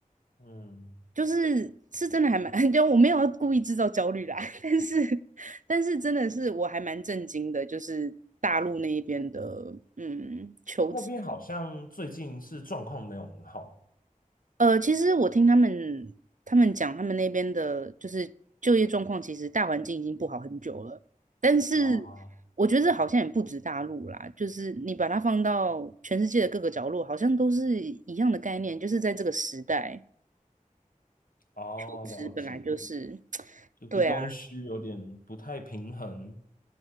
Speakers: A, on the left; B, on the right.
A: 嗯，
B: 就是是真的还蛮，<laughs> 就我没有要故意制造焦虑啦，<laughs> 但是但是真的是我还蛮震惊的，就是大陆那一边的嗯求职。
A: 那边好像最近是状况没有很好
B: 呃，其实我听他们他们讲，他们那边的就是就业状况，其实大环境已经不好很久了。但是
A: 啊，
B: 我觉得这好像也不止大陆啦，就是你把它放到全世界的各个角落，好像都是一样的概念，就是在这个时代，
A: 哦，
B: 求职本来就是，
A: 了解，
B: <tsk>
A: 就是供需有点不太平衡，
B: 对啊，